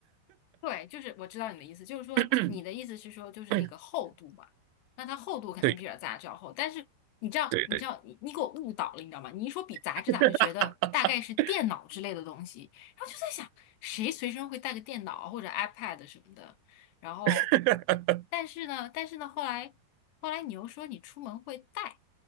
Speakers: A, on the left; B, on the right.
A: 对，就是我知道你的意思，就是说你的意思是说就是那个厚度嘛，
B: <coughs> <clears throat>
A: 那它厚度肯定比杂志要厚，
B: 对
A: 但是你知道，
B: 对对，
A: 你知道，你你给我误导了，你知道吗？你一说比杂志大，
B: <coughs>
A: 就觉得大概是电脑之类的东西，然后就在想谁随身会带个电脑或者 iPad 什么的，然后，
B: <laughs>
A: 但是呢，但是呢，后来后来你又说你出门会带，